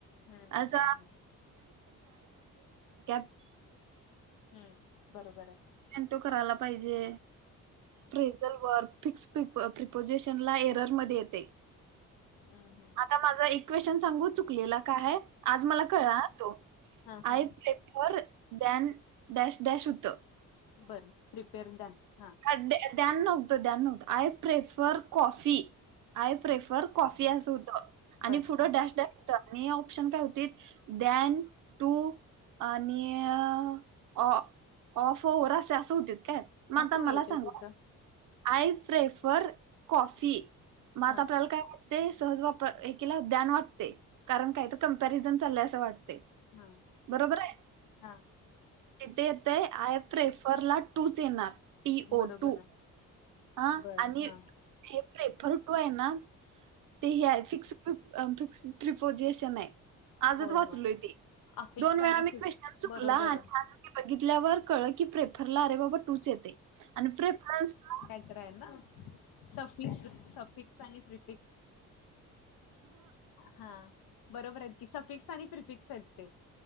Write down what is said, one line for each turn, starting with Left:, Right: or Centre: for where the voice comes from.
Left: हम्म
Right: अस
Left: हम्म हम्म
Right: <unintelligible>
Left: हम्म, बरोबर आहे.
Right: तो करायला पाहिजे, ट्रेझल वर्क. फिक्स प्रिपो प्रिपोजिशन ला एररमध्ये येते
Left: हम्म हम्म
Right: आता माझा एक क्वेशन सांगू चुकलेला काय आहे, आज मला कळला हा तो.
Left: हा हा
Right: I flapper than dash dash होत
Left: बरं प्रिपेअर <unintelligible>
Right: द्या द्यान नव्हतं द्यान नव्हतं, I prefer coffee. I prefer coffee अस हुत, आणि
Left: बरं
Right: पुढं
Left: हा
Right: डॅश डॅश हुत मी ऑप्शन काय हुतीत द्यान टू आणि अ...... ओ... ऑफ ओ्हर असे असं हुतित काय. मग
Left: मग
Right: आता
Left: तू येते
Right: मला सांगा,
Left: तिथं
Right: आय प्रेफर कॉफी म आता
Left: हां
Right: आपल्याला काय ते सहज वापरीला एकिला द्यान अस वाटतय. कारण काय तर कंपॅरिझन चाललंय असं वाटतय.
Left: हां
Right: बरोबर आहे.
Left: हां
Right: तिथे येतय, आय प्रेफर ला टूच येणार. टी ओ
Left: बरोबर
Right: टू
Left: आहे
Right: हा
Left: बरं
Right: आणि
Left: हां
Right: हे प्रेपर टू आहे ना. ते हे आहे फिक्स फिक्स प्रिपोजिशन आहे. आजच
Left: होय,
Right: वाचलोय
Left: होय.
Right: ते,
Left: अफिक्स
Right: दोन वेळा
Left: आणि
Right: मी
Left: फिक्स.
Right: क्वेशन चुकला
Left: बरोबर
Right: आणि
Left: आहे.
Right: आजच बघितल्यावर कळं की प्रेफरला अरे बाबा टूच येतय, आणि प्रेफरन्सला
Left: खरं हाय ना सफिक्स -सफिक्स आणि प्रिफिक्स हा, बरोबर आहेत कि, सफिक्स आणि प्रिफिक्स आहेत ते